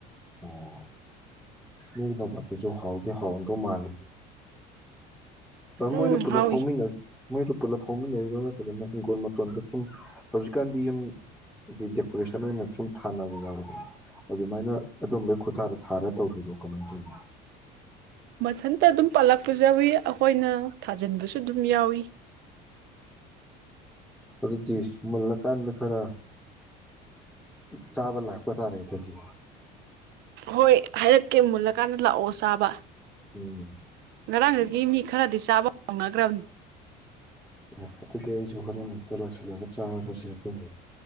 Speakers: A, in the centre; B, on the right (about 65°).
A: ꯑꯣ ꯏꯁꯅ ꯅꯄꯥꯇꯁꯨ ꯍꯥꯎꯗ ꯍꯥꯎꯟꯗꯧ ꯃꯥꯂꯦ ꯑ
B: ꯎꯝ
A: ꯃꯣꯏꯗ ꯄꯨꯂꯞ
B: ꯍꯥꯎꯋꯤ
A: ꯍꯧꯃꯤꯟꯅꯁꯤ ꯃꯣꯏꯗ ꯄꯨꯂꯞ ꯐꯥꯎꯃꯤꯟꯅꯔꯤ꯭ꯔꯣ ꯅꯠꯇ꯭ꯔꯒꯅ ꯍꯤꯡꯈꯣꯜ ꯃꯇꯣꯟꯗ ꯁꯨꯝ ꯍꯧꯖꯤꯛꯀꯥꯟꯗꯤ ꯌꯨꯝ ꯗꯦꯀꯣꯔꯦꯁꯟ ꯑꯣꯏꯅ ꯁꯨꯝ ꯊꯥꯅꯕ ꯌꯥꯎꯋꯗꯅ ꯑꯗꯨꯃꯥꯏꯅ ꯑꯗꯨꯝꯕꯩ ꯈꯨꯊꯥꯗ ꯊꯥꯔ ꯇꯧꯔꯣ ꯀꯃꯥꯏꯅ ꯇꯧꯅꯣ꯫
B: ꯃꯊꯟꯇ ꯑꯗꯨꯝ ꯄꯥꯜꯂꯛꯄꯁꯨ ꯌꯥꯎꯏ ꯑꯩꯈꯣꯏꯅ ꯊꯥꯖꯤꯟꯕꯁꯨ ꯑꯗꯨꯝ ꯌꯥꯎꯏꯤ꯫
A: ꯑꯣꯗꯤ ꯃꯜꯂ ꯀꯥꯟꯗ ꯈꯔ꯫ ꯆꯥꯕ ꯂꯥꯛꯥꯛꯄꯇꯥꯔꯦ ꯑꯗꯨꯗꯤ꯫
B: ꯍꯣꯏ ꯍꯥꯏꯔꯛꯀꯦ ꯃꯨꯜꯂꯀꯥꯟꯗ ꯂꯥꯛꯑꯣ ꯆꯥꯕ꯫
A: ꯎꯝ
B: ꯉꯔꯥꯡꯒꯗ ꯃꯤ ꯈꯔꯗꯤꯁ ꯫ ꯆꯥꯕ-ꯅꯒ꯭ꯔꯝ꯫
A: ꯑꯦ ꯑꯗꯨꯗꯤ ꯑꯩꯁꯨ ꯍꯣꯔꯦꯟ ꯍꯛꯇ ꯂꯥꯛꯁꯜꯂꯒ ꯆꯥꯔꯁꯤꯔꯈꯣꯏꯅꯦ